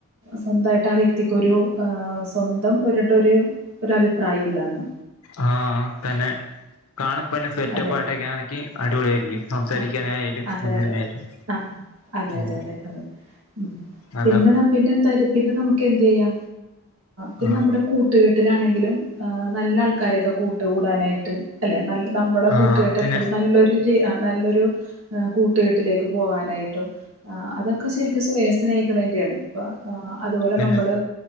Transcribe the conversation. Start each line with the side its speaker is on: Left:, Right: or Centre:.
Right: സ്വന്തായി ട്ടാ ആ വ്യക്തിക്കോരു സ്വന്തം ഒര് ട്ടോരു ഒരു അഭിപ്രായുല്ലാന്ന്
Left: ആഹ് തന്നെ കാണപ്പന്നെ സെറ്റപ്പായിട്ടൊക്കയാനിക്ക്
Right: അതെ അതെ
Left: അടിപൊളിയായിരിക്കും സംസാരിക്കാനായാലും
Right: ആ, അതെ
Left: എന്തിനായാലും
Right: ആഹ് അതെ
Left: ഉം
Right: അതെ അതെ അതെ ഉം
Left: അതാ
Right: പിന്നെ ന പിന്നെ എന്തായാലും പിന്നെ നമുക്ക് എന്തെയ്യാ പിന്നെ
Left: ആഹ്
Right: നമ്മുടെ കൂട്ടുകെ ട്ട്ലാണെങ്കിലും നല്ല ആൾക്കാരെയൊക്കെ കൂട്ട്കൂടാനായിട്ട് അല്ലെ നല്ല നമ്മുടെ
Left: ആഹ്
Right: കൂട്ടുകെട്ട്
Left: പിന്നെ
Right: എപ്പഴും നല്ലൊരു ജീ നല്ലൊരു കൂട്ടുകെട്ടിലേക്ക് പോകാനായിട്ടും ആഹ് അതൊക്കെ ശെരി സ്വയം സ്നേഹിക്ക്ണേന്റെയാണ് പ്പോ അതുപോലെ
Left: പിന്നെ
Right: നമ്മള്